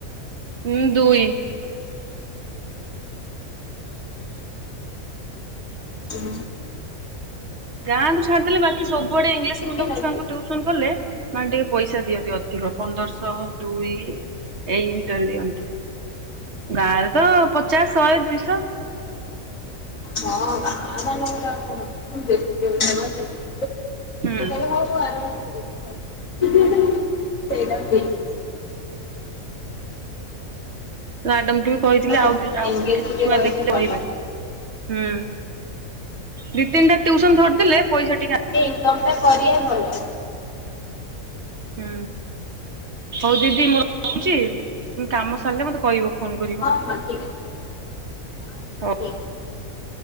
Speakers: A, on the right; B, on the left.
A: ହୁଁ ଦୁଇ।
B: ହୁଁ
A: ଗାଁକୁ ଛାଡ଼ିଦେଲେ ବାକି ସବୁଆଡେ ଇଂଲିଶ
B: ଶିଖିନ
A: ମିଡିୟମ ଛୁଆଙ୍କୁ
B: କି?
A: ଟୁସନ କଲେ ମାନେ ଟିକେ ପଇସା ଦିଅନ୍ତି ଅଧିକ ପନ୍ଦରଶହ ଦୁଇ ଏଇ ଭିତରେ ଦିଅନ୍ତି। ଗାଁରେ ତ ପଚାଶ ଶହେ ଦୁଇଶହ
B: ହଁ ଗାଁ <unintelligible> <unintelligible>
A: ହୁଁ
B: ତୋ ପୁଅକୁ ଆର ମାସରେ ଦେବି ଥାଉ <unintelligible>
A: ମ୍ୟାଡ଼ାମକୁ ବି କହିଥିଲି
B: ଭଲ
A: ଆଉ ଦିଟା ଆଉ
B: ଏନଗେଜ
A: କିଛି
B: ଟିକେ
A: ଛୁଆ
B: ରହିଲେ
A: ଦେଖିଲେ
B: ଭଲ।
A: ରହିବେ ହୁଁ ଦି ତିନିଟା ଟିଉସନ ଧରିଦଲେ ପଇସା ଟିକେ
B: ଇନକମଟା କରିବା ଭଲ
A: ହୁଁ ହଉ ଦିଦି ମୋ ରହୁଛି କାମ ସାରିଲେ ମତେ କହିବ ଫୋନ କରିବ।
B: ହଁ ହଁ। ଠିକ ଅଛି ହଁ ହଁ
A: ହ
B: ଠିକ ଅଛି।